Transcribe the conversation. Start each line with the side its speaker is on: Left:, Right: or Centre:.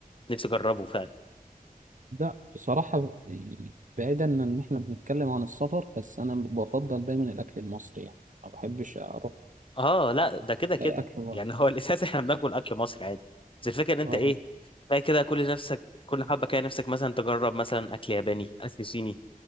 Left: نفسي أجربه فعلا
Right: لا بصراحة ب- يعني بعيدا إن إحنا بنتكلم عن السفر بس أنا بفضل دايما الأكل المصري يعني ما بحبش أروح
Left: آه لا ده كده كده
Right: ألاقي أكل بره
Left: يعني هو <laughs> الأساس إحنا بناكل أكل مصري عادي بس الفكرة إن أنت
Right: أه
Left: إيه بقى كده كل نفسك كل حبة كده نفسك مثلا تجرب مثلا أكل ياباني أكل صيني